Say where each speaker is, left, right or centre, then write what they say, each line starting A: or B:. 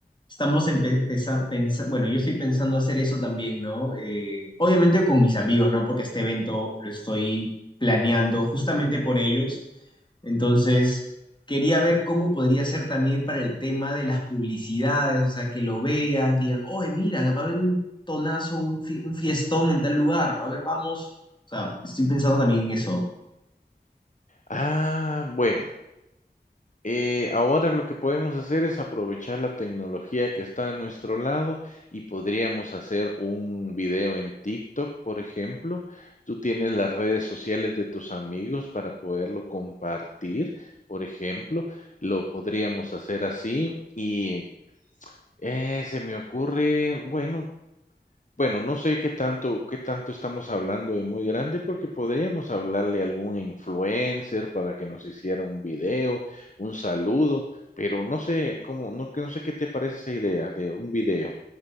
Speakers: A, on the left; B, on the left.
A: estamos empezando, bueno, yo estoy pensando hacer eso también, ¿no? Eh, obviamente con mis amigos, ¿no? Porque este evento lo estoy planeando justamente por ellos entonces, quería ver cómo podría ser también para el tema de las publicidades, o sea, que lo vean, que digan, oye, mira, va a haber un tonazo, un, fi- un fiestón en tal lugar, va a haber, vamos. O sea, estoy pensando también en eso.
B: Ah, bueno. Eh, ahora lo que podemos hacer es aprovechar la tecnología que está a nuestro lado y podríamos hacer un video en TikTok, por ejemplo. Tú tienes las redes sociales de tus amigos para poderlo compartir, por ejemplo. Lo podríamos hacer así y eh, se me ocurre, bueno, bueno, no sé qué tanto qué tanto estamos hablando de muy grande, porque podríamos hablarle a algún influencer para que nos hiciera un video, un saludo, pero no sé cómo, no que no sé qué te parece esa idea de un video.